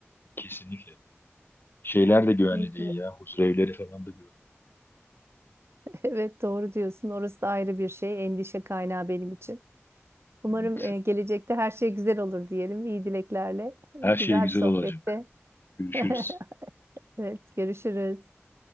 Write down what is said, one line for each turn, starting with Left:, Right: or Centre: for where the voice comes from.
Left: kesinlikle. Şeyler de güvenli
Right: Peki.
Left: değil
Right: <laughs>
Left: ya. Huzurevleri falan da güvenli.
Right: Evet doğru diyorsun. Orası da ayrı bir şey. Endişe kaynağı benim için. Umarım
Left: değil.
Right: e, gelecekte her şey güzel olur diyelim. İyi dileklerle. E,
Left: Her
Right: Güzel
Left: şey güzel
Right: bir sohbette.
Left: olacak. Görüşürüz.
Right: <laughs> Evet görüşürüz.